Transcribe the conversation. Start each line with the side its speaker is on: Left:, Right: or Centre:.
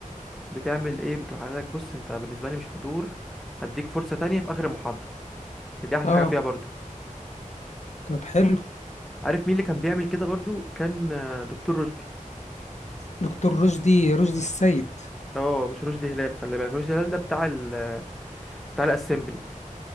Centre: بتعمل ايه بتروح قايل لك بص انت بالنسبة لي مش حضور هديك فرصة تانية في آخر المحاضرة دي أحلى
Left: أه
Centre: حاجة فيها برضو
Left: طب حلو
Centre: عارف مين اللي كان بيعمل كده برضو كان آه، دكتور رشدي
Left: دكتور رشدي رشدي السيد
Centre: اه مش رشدي هلال خلي بالك رشدي هلال ده بتاع ال بتاع الاسمبلي